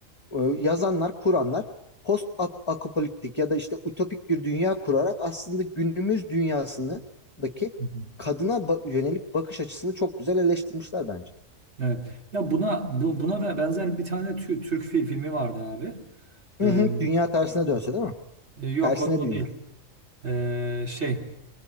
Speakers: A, on the left; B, on the right.
A: e, yazanlar, kuranlar post apokaliptik ya da işte ütopik bir dünya kurarak aslında günümüz dünyasındaki
B: Hı hı.
A: kadına yönelik bakış açısını çok güzel eleştirmişler bence.
B: Evet. Ya buna bu, buna ve- benzer bir tane tü- Türk fi- filmi vardı abi. Ee,
A: Hı hı, dünya tersine dönse değil mi?
B: e, yok
A: Tersine
B: o, o
A: dünya.
B: değil. Ee, şey